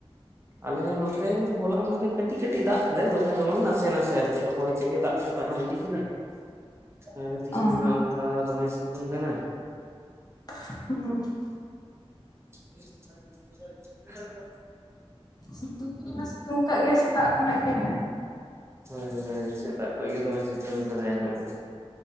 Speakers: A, on the right; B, on the left.
A: ᱟᱞᱮ ᱱᱚᱛᱮ ᱦᱚᱞᱟ ᱢᱟᱦᱫᱮᱨ ᱠᱟᱹᱴᱤᱡ ᱠᱟᱹᱴᱤᱡ ᱫᱟᱜ ᱠᱟᱫᱟᱭ, ᱫᱚᱢᱮ ᱫᱚ ᱵᱟᱝ ᱱᱟᱥᱮ ᱱᱟᱥᱮ ᱟᱨᱠᱤ ᱦᱚᱭ ᱛᱮᱜᱮ ᱫᱟᱜ ᱠᱚᱭᱼᱼ ᱯᱟᱨᱚᱢ ᱤᱫᱤ ᱠᱮᱫᱟ, ᱟᱨ ᱛᱮᱦᱤᱧ
B: ᱚ
A: ᱢᱟ ᱚᱱᱠᱟ ᱫᱚᱢᱮ ᱥᱤᱛᱩᱝ ᱠᱟᱱᱟ ᱾
B: ᱦᱩᱸ ᱾
A: ᱦ <unintelligible>
B: ᱥᱤᱛᱩᱝ ᱫᱚ ᱫᱚᱢᱮ ᱥᱤᱛᱩᱝ ᱠᱟᱜ ᱜᱮ ᱥᱮᱛᱟᱜ ᱠᱷᱚᱱᱟᱜ ᱜᱮ ᱾
A: ᱦᱚᱭ ᱦᱚᱭ ᱥᱮᱛᱟᱜ ᱠᱷᱚᱡ ᱜᱮ ᱫᱚᱢᱮ ᱥᱤᱛᱩᱝ ᱠᱟᱫᱟᱭ ᱦᱟᱸᱜ ᱾